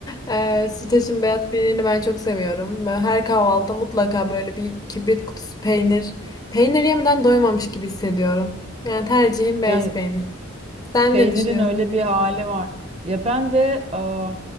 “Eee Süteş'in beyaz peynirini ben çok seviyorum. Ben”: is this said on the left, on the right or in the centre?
Left